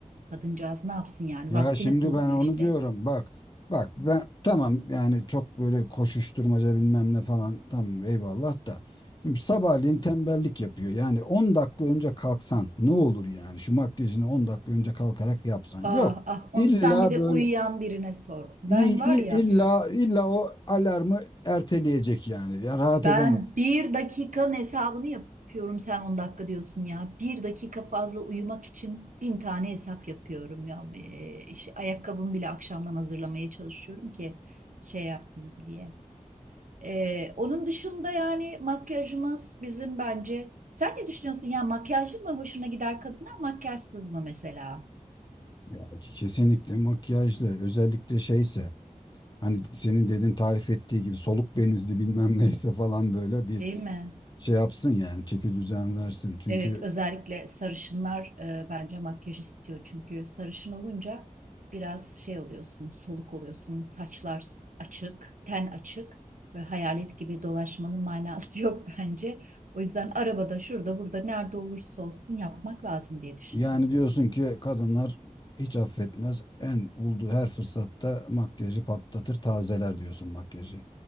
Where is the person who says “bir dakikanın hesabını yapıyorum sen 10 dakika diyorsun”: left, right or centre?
Right